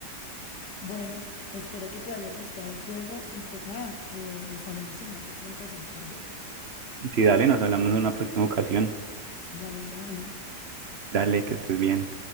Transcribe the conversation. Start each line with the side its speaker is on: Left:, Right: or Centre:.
Left: Bueno, espero que te haya gustado el juego y pues nada, eh, nos hablamos en una próxima ocasión, ¿te parece?
Right: Sí, dale, nos hablamos en una próxima ocasión.
Left: Dale, bye.
Right: Dale, que estés bien.